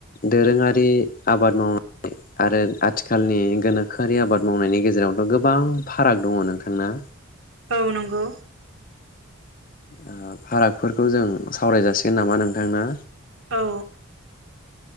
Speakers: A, on the left (about 40°); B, on the right (about 70°).
A: दोरोङारि आबाद मावनाय आरो आथिखालनि गोनोखोआरि आबाद मावनायनि गेजेरावथ' गोबां फाराग दङ नोंथांना।
B: औ नंगौ।
A: आ फारागफोरखौ जों सावराय जासिगोन नामा नोंथां ना?
B: औ।